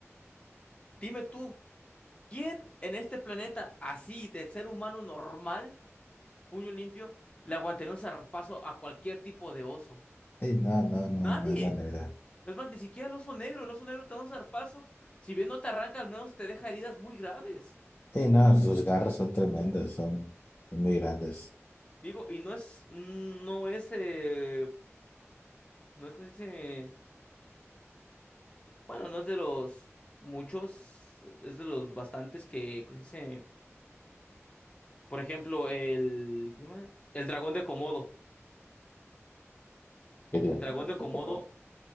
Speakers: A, on the left (about 25°); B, on the left (about 40°).
A: dime tú, ¿quién en este planeta así de ser humano normal, puño limpio, le aguantaría un zarpazo a cualquier tipo de oso?
B: Ey, no, no, no,
A: Nadie.
B: no hay manera.
A: Es más, ni siquiera el oso negro, el oso negro te da un zarpazo. Si bien no te arranca, al menos te deja heridas muy graves.
B: Ey, no, sus garras son tremendas, son muy grandes.
A: Digo, y no es, mm, no es, eh, no es, ¿cómo se dice? Bueno, no es de los muchos, es de los bastantes que, ¿cómo se dice? Por ejemplo, el, ¿cómo se llama? el dragón de Komodo.
B: Qué bien,
A: El dragón
B: pero
A: de Komodo,
B: qué cómodo.